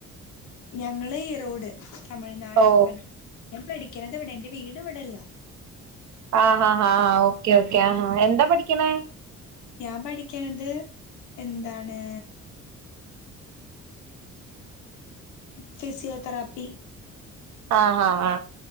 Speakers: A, on the left; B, on the right.
A: ഞങ്ങള് ഈറോട് തമിഴ്നാട്
B: ഓ
A: ആപ്പ ഞാൻ പഠിക്കണത് ഇവിടെ എന്റെ വീട് ഇവിടല്ല
B: ആ ആാ ആാ ഓക്കേ ഓക്കേ ആ എന്താ പഠിക് ണേ
A: ഞാൻ പഠിക്ക്ണത് എന്താണ് ഫിസിയോതെറാപ്പി
B: ആഹ ആഹ ആ